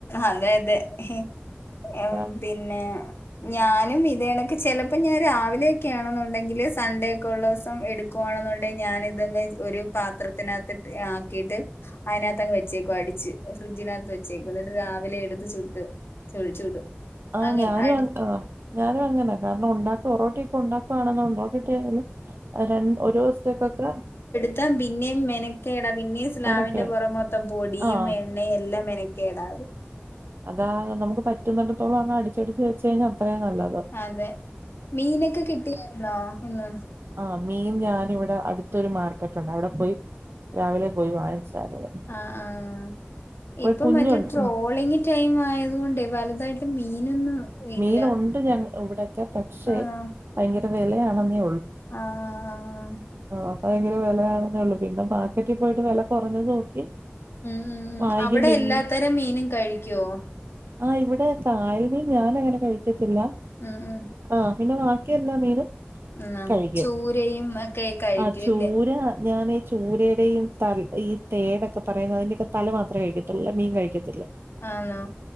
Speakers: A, on the left (about 75°); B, on the right (about 70°).
A: അതെ അതെ അ്ഹ്
B: അതാ
A: എം പിന്നെ ഞാനും ഇതേണക്ക് ചെലപ്പോ ഞാൻ രാവിലെയൊക്കെയാണെന്നുണ്ടെങ്കില് സൺഡേ ഒക്കെ ഉള്ള ദിവസം എടുക്കും. പോണെന്നുണ്ടേ ഞാൻ ഇതങ്ങ് ഒരു പാത്രത്തിനകത്ത് ആക്കീട്ട് അയിനകത്തങ്ങ് വെച്ചേക്കുവാ അടിച്ച്. ഫ്രിഡ്ജിനക വെച്ചേക്കും ന്നിട്ട് രാവിലെ എടുത്ത് ചുട്ട് ചുടും.
B: ആഹ്
A: അങ്ങനെ
B: ഞാനും
A: അടി
B: അ ആഹ് ഞാനും അങ്ങനെ കാരണം ഉണ്ടാക്ക ഒറോട്ടിയൊക്കെ ഉണ്ടാക്കുകയാണെന്ന ഉണ്ടോട്ടിട്ടാലും. രണ്ട് ഒരു ദിവസത്തേക്കൊക്ക
A: ത്തം പിന്നേം മെനക്കേടാ പിന്നേം സ്ലാവിന്റെ
B: മെനക്കേട്
A: പുറം മൊത്തം പൊടിയും
B: ആഹ്
A: എണ്ണേം എല്ലാം മെന കേടാവും.
B: അതാ നമുക്ക് പറ്റുന്നണ്ടിത്തോളം അങ്ങ് അടിച്ചടിച്ച് വെച്ചെഴിഞ്ഞാ അത്രെം നല്ലത്.
A: അതെ മീനൊക്കെ കിട്ടിയാരുന്നോ ഇന്ന്
B: ആഹ് മീൻ ഞാനിവിടെ അടുത്തൊരു മാർക്കറ്റ് ഉണ്ട് അവിടെ പോയി രാവിലെ പോയി വാങ്ങിച്ചാരുന്ന്
A: ആഹ് ആഹ് ഇപ്പൊ
B: കുഞ്ഞുണ്ട്
A: മറ്റേ ട്രോളിംഗ് ടൈം ആയതുകൊണ്ട് വലുതായിട്ട് മീനൊന്നും
B: മീൻ
A: ഇല്ല
B: ഉണ്ട് ഞങ്ങ ഇവിടൊക്കെ പക്ഷെ
A: ആണോ
B: ഭയങ്കര വിലയാണെന്നേ ഉള്ളു
A: ആഹ് ആഹ്
B: ആഹ് ഭയങ്കര വിലയാണെന്നേ ഉള്ളു പിന്നെ മാർക്കറ്റിൽ പോയിട്ട് വിലക്കുറഞ്ഞത് നോക്കി
A: ഉം ഉം ഉം
B: വാങ്ങിക്കും
A: അവിടെ
B: പിൻ
A: എല്ലാത്തരം മീനും കഴിക്കുവോ
B: ആഹ് ഇവിടെ കായൽ മീൻ ഞാൻ അങ്ങനെ കഴിക്കത്തില്ല
A: ഉം ഉം
B: ആഹ് പിന്നെ ബാക്കിയെല്ലാ മീനും
A: ന്നാ
B: കഴിക്കും
A: ചൂരയും ഒക്കെ കഴിക്കുംല്ലേ
B: ആഹ് ചൂരാ ഞാനേ ചൂരയുടെയും ത ഈ തേടൊക്കെ പറയുന്ന അതിന്റെയൊക്കെ തല മാത്രമേ കഴിക്കത്തുള്ളൂ മീൻ കഴിക്കത്തില്ല
A: ആന്നോ